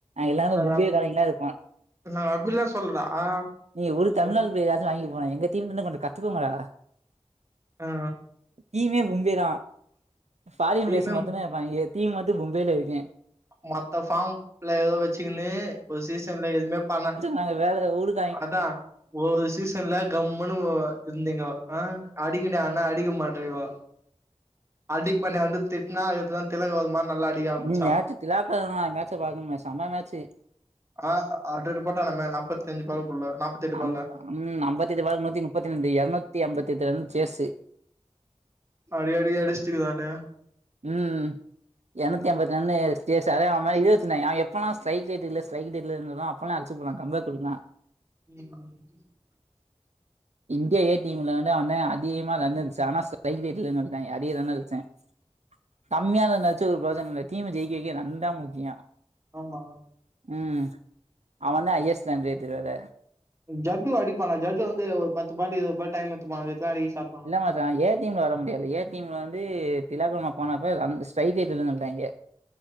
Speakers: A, on the right; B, on the right.
A: எல்லாரு
B: நாங்க
A: கும்பிய
B: அப்
A: காலைல்லா இருப்போ
B: நாங்க அப்டிலா சொல்லடா ஆ
A: நீங்க ஒரு தமிழ்நாட்
B: ம்
A: பேய் ஏதாச்சு வாங்கி போனா எங்க தீம் இன்னுகொன்னு கத்துக்கோங்கடா
B: ம்
A: தீமே பும்பேதான் ஃபாரின்
B: டீமும்
A: பிளேஸ் மத்தனேப்பாங்க தீம் மட்டு பும்பேில இருக்கே
B: மொத்த ஃபாம்ல ஏதோ வச்சுக்குனு ஒரு சீசன்ல எதுவுமே பண்ண
A: நாங்க வேற ஊருக்கு
B: ஒனதா ஒரு சி ஸ் துல கம்முனு ஒ இர்ந்தீங்கோ ஆ அடிங்டானா அடிக்க மாட்ரிவோ அடிக் பண்ண வந்து திட்ணா இத்தா திலக்வருமா நல்லா அடிக்க ஆரம்பிச்சா
A: ம் நேத்து <unintelligible> மேச்ச பாக்கணு செம்ம மேச்சு
B: அ ஹண்டர்டு போட்டானாமே நாப்பத்தி அஞ்சு பாலுகுள்ள நாப்பத்தி எட்டு
A: அம்ப
B: பால்ல
A: ம் அம்பத்தெட்டு <unintelligible> எரநூத்தி ஐம்பத்த எட்டு ரன் சேசு
B: அடி அடி அடிஸ்டுக்கு தான
A: ம் எறண்ணூத்தி ஐம்பத்தி ரன்னு <unintelligible> அது மாரி இது வச்சிருந்தாயா எப்பல்லா ஸ்டைக்கே தெர்ல ஸ்டைக்கே தெர்ல சொல்றான்னோ அப் இல்லா அச்சு போல கம்பே குடுக்கலா
B: <inaudible>
A: இந்தியா ஏ டீம்ல வந்து அவ தா அதிகமா ரன் அடுச்சா ஆனா ஸ்டைக் ரேட்லன்ருந்து வந்துடாய்ங்க அதே ரன் அடுச்சாய்ங்க கம்மியா நெனச்சு ஒரு பிரயோஜன இல்ல தீம ஜெயிக்க வைக்க ரன் தா முக்கிய
B: ஆமா
A: ம் அவ தா ஹையஸ்ட் ரன் ரேட்டு இதோட
B: ஜட்டு அடிப்பானா ஜட்டு வந்து ஒரு பத்து பால் இருபது பால் டைம் எத்துப்பா அதுகுள்ள அடிக்க ஸ்ட்ராட்
A: இல்லாத் தா ஏ டிம்ல வர முடியது ஏ டிம்ல வந்து திலாக்குமார் போனப்ப அந் ஸ்டைக் <unintelligible> வந்ட்டாயிங்க